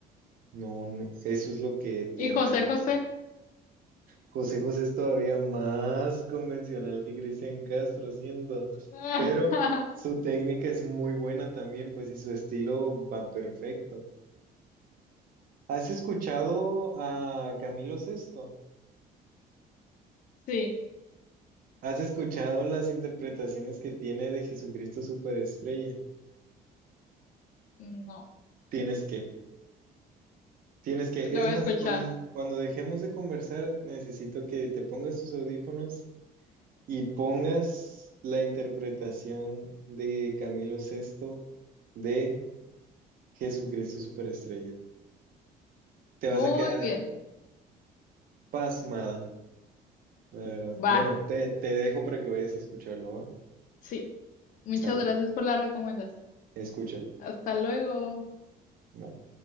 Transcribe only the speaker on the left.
Y José
José.
<laughs>
Sí,
no,
lo
voy
a escuchar.
Muy
bien,
va,
sí. Muchas
gracias por la recomendación.
Hasta luego.